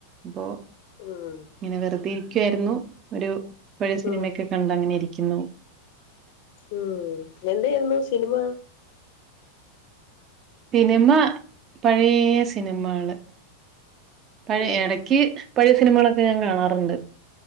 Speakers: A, on the right; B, on the left.
A: അപ്പൊ
B: ഉം
A: ഇങ്ങനെ വെറുതെ ഇരിക്കുവായിരുന്നു ഒരു പഴയ സിനിമയൊക്കെ
B: ഉം
A: കണ്ട് അങ്ങനെ ഇരിക്കുന്നു
B: ഉം എന്തായിരുന്നു സിനിമ
A: സിനിമ പഴേ സിനിമകള് പഴയ
B: ഉം
A: ഇടക്ക് പഴയ സിനിമകളൊക്കെ ഞാൻ കാണാറുണ്ട്